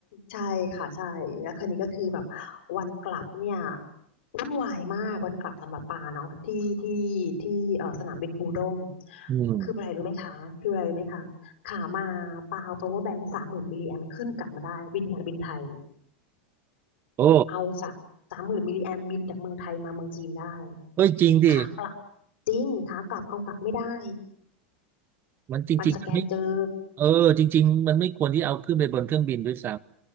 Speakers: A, on the left; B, on the right.
A: ใช่ค่ะใช่แล้วคืนนี้ก็คือแบบวันกลับเนี่ยวุ่นวายมากวันกลับสำหรับปาเนาะที่ที่ที่เอ่อสนามบินปูด้ง
B: อืม
A: คืออะไรรู้ไหมคะคืออะไรรู้ไหมคะขามาปาเอา power bank สามหมื่นมิลลิแอมขึ้นกลับมาได้บินการบินไทย
B: โอ้
A: เอาสามสามหมื่นมิลลิแอมบินจากเมืองไทยมาเมืองจีนได้
B: เฮ้ยจริงดิ
A: ขากลับจริงขากลับเอากลับไม่ได้
B: มันจริง
A: มันสแกนเจอ
B: ๆ เออจริงๆมันไม่ควรที่เอาขึ้นไปบนเครื่องบินด้วยซ้